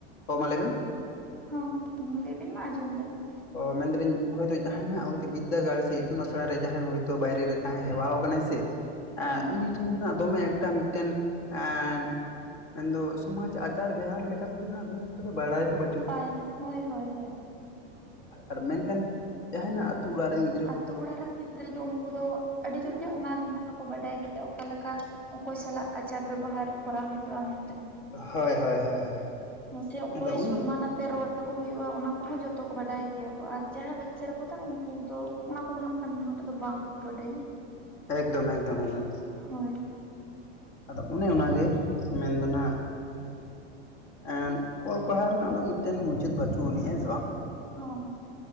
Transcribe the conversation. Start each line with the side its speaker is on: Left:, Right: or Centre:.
Left: ᱦᱚᱸ ᱢᱟ ᱞᱟᱹᱭ ᱵᱮᱱ
Centre: ᱦᱚᱸ ᱞᱟᱹᱭ ᱵᱤᱱ ᱢᱟ ᱟᱸᱡᱚᱢ ᱫᱟᱹᱞᱤᱧ
Left: ᱚ ᱢᱮᱱᱫᱟᱞᱤᱧ ᱦᱚᱭᱛᱚ ᱡᱟᱸᱦᱟᱭ ᱱᱟᱦᱟᱸᱜ ᱵᱤᱫᱽᱫᱟᱹᱜᱟᱲ ᱥᱮ ᱤᱛᱩᱱ ᱟᱥᱲᱟ ᱨᱮ ᱡᱟᱦᱟᱸᱭ ᱦᱳᱭᱛᱚ ᱵᱟᱭᱨᱮ ᱨᱮ ᱛᱟᱦᱮᱸ ᱦᱮᱣᱟᱣ ᱟᱠᱟᱱᱟᱭ ᱥᱮ ᱮ,
Centre: ᱦᱚᱸ
Left: ᱩᱱᱤ ᱴᱷᱮᱱ ᱫᱚ ᱱᱟᱜ ᱫᱚᱢᱮ ᱮᱠᱴᱟ ᱢᱤᱫᱴᱮᱱ ᱮᱸᱫ ᱢᱮᱱᱫᱚ ᱥᱚᱢᱟᱡᱽ ᱟᱪᱟᱨ ᱵᱮᱣᱦᱟᱨ ᱞᱮᱠᱟᱛᱮ ᱫᱚ ᱦᱟᱸᱜ ᱫᱚᱢᱮ ᱮᱠᱴᱟ ᱫᱚ ᱵᱟᱲᱟᱭ ᱫᱚ ᱵᱟᱪ
Centre: ᱯᱟᱭ ᱫᱚ ᱦᱳᱭ ᱦᱳᱭ ᱦᱳᱭ
Left: ᱟᱨ ᱢᱮᱱᱠᱷᱟᱱ, ᱡᱟᱦᱟᱸᱭ ᱱᱟᱜ ᱟᱛᱳ ᱚᱲᱟᱜ ᱨᱮᱱᱤᱡ᱾
Centre: ᱟᱛᱳ ᱚᱲᱟᱜ ᱨᱮᱱ ᱜᱤᱫᱽᱨᱟᱹ ᱫᱚ ᱩᱱᱠᱩ ᱫᱚ ᱟᱹᱰᱤ ᱡᱳᱨ ᱜᱮ ᱚᱱᱟ ᱨᱮᱱᱟᱜ ᱫᱚᱠᱚ ᱵᱟᱰᱟᱭ ᱜᱮᱭᱟ᱾ ᱚᱠᱟᱞᱮᱠᱟ ᱚᱠᱚᱭ ᱥᱟᱞᱟᱜ ᱟᱪᱟᱨ ᱵᱮᱵᱚᱦᱟᱨ ᱠᱚᱨᱟᱣ ᱦᱳᱭᱩᱜ-ᱟ ᱢᱮᱱᱛᱮ ᱦᱟᱸᱜ
Left: ᱦᱳᱭ ᱦᱳᱭ ᱦᱳᱭ ᱦᱳᱭ᱾
Centre: ᱢᱟᱥᱮ
Left: ᱟᱫᱚ
Centre: ᱚᱠᱚᱭ
Left: ᱚᱱᱮ
Centre: ᱥᱚᱱᱢᱟᱱ ᱟᱛ ᱛᱮ ᱨᱚᱲ ᱟᱠᱚ ᱦᱩᱭᱩᱜ-ᱟ ᱚᱱᱟ ᱠᱚᱦᱚᱸ ᱡᱚᱛᱚ ᱠᱚ ᱵᱟᱰᱟᱭ ᱜᱮᱭᱟ ᱠᱚ᱾ ᱟᱨ ᱡᱟᱦᱟᱸᱭ ᱨᱮᱠᱪᱟᱨ ᱨᱮᱠᱚ ᱛᱟᱦᱮᱸᱱᱟ ᱩᱱᱠᱩ ᱫᱚ ᱚᱱᱟ ᱠᱚᱫᱚ ᱦᱟᱸᱜ ᱠᱷᱟᱱ ᱩᱱᱟᱹᱜ ᱴᱟ ᱫᱚ ᱵᱟᱝᱠᱚ ᱵᱟᱰᱟᱭᱟ ᱾
Left: ᱮᱠᱫᱚᱢ ᱮᱠᱫᱚᱢ ᱮᱠᱫᱚᱢ᱾
Centre: ᱦᱳᱭ᱾
Left: ᱟᱫᱚ ᱚᱱᱮ ᱚᱱᱟᱜᱮ, ᱢᱮᱱᱫᱚ ᱱᱟᱦᱟᱸᱜ ᱮᱸᱫ ᱚᱜ ᱯᱟᱲᱦᱟᱣ ᱨᱮᱱᱟᱜ ᱫᱚ ᱢᱤᱫᱴᱮᱱ ᱢᱩᱪᱟᱹᱫ ᱵᱟᱪᱩᱜ ᱟᱹᱱᱤᱡ ᱦᱮᱸ ᱥᱮ ᱵᱟᱝ?
Centre: ᱦᱚᱸ ᱦᱚ ᱾‌